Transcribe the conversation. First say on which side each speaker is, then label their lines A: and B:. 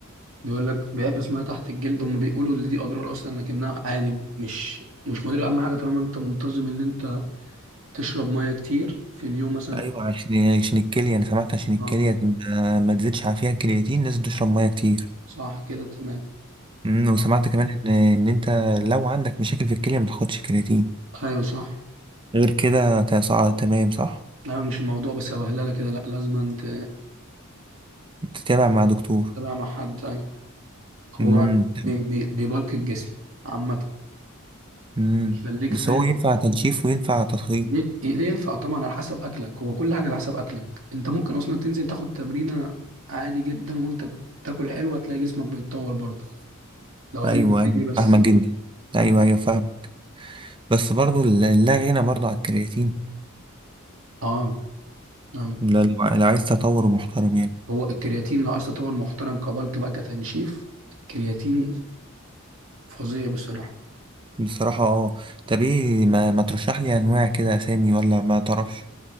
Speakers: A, on the right (about 65°); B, on the right (about 25°).
A: بيقول لك بيحبس ميه تحت الجلد هم بيقولوا ان دي اضرار اصلا لكنها عادي مش مش مضره اهم حاجه طالما انت منتظم ان انت تشرب ميه كتير في اليوم مثلا
B: ايوه عشان يعني عشان الكليه انا سمعت عشان الكليه
A: اه
B: ما ما تزيدش على فيها الكرياتين لازم تشرب ميه كتير
A: صح كده تمام
B: امم وسمعت
A: آه.
B: كمان ان ان انت لو عندك مشاكل في الكليه ما تاخدش كرياتين
A: ايوه صح
B: غير كده تصع- تمام صح
A: ايوه مش الموضوع بس هبهلله كده لا لازم انت
B: تتابع مع دكتور
A: تابع مع حد أيوة هو
B: امم
A: بي بي بيبلك الجسم عامة
B: امم
A: بيخليك
B: بس
A: فاهم
B: هو ينفع تنشيف وينفع تضخيم
A: ي- ينفع طبعا على حسب أكلك هو كل حاجة على حسب أكلك أنت ممكن أصلا تنزل تاخد تمرينة عادي جدا وأنت بتاكل حلو هتلاقي جسمك بيتطور برضه لو هتنزل
B: ايوه ايوه
A: تجري بس
B: فاهمك جدا ايوه
A: م.
B: ايوه فاهم بس برضو ال- لا غنى برضو على الكرياتين
A: أه أيوة
B: لا- لو لو عايز تطور محترم يعني
A: هو الكرياتين لو عايز تطور محترم كبلك بقى كتنشيف الكرياتين فظيع بصراحة
B: بصراحة اه طب ايه ما, ما ترشح لي انواع كده اسامي ولا ما تعرفش